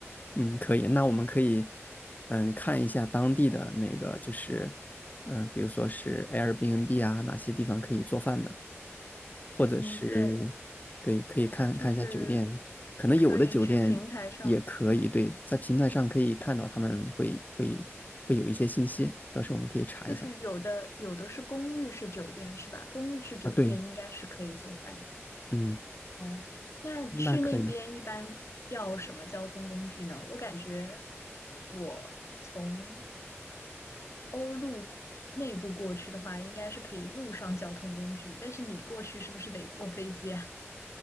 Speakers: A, on the left; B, on the left.
A: 嗯，可以。那我们可以，嗯，看一下当地的那个，就是，嗯、比如说是 Airbnb 啊，哪些地方可以做饭的。或者是
B: 嗯，对，
A: 对，可以看看一下酒店，
B: 就是
A: 可能有的酒店也可以，
B: 可以去平台上，
A: 对，在平台上可以看到他们会会会有一些信息，到时候我们可以查一下
B: 就是有的有的是公寓式酒店是吧？公寓式酒店应该是可以做饭的。
A: 啊。对，嗯，
B: 哦，那去那边一般要什么交通工具呢？
A: 那可以。
B: 我感觉我从欧陆内部过去的话，应该是可以路上交通工具，但是你过去是不是得坐飞机啊？